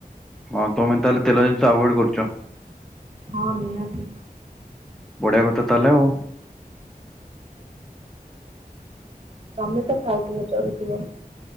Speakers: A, in the centre; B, on the right.
A: ହଁ ତମେ ତାହେଲେ ତେଲ ଜିନିଷ ଆଭୋଏଡ୍ କରୁଚ।
B: ହଁ ନିହାତି।
A: ବଢିଆ କଥା ତାହେଲେ ଆଉ।
B: ତମେ ତ ଖାଉଥୁବ ଚରୁୁଥୁବ।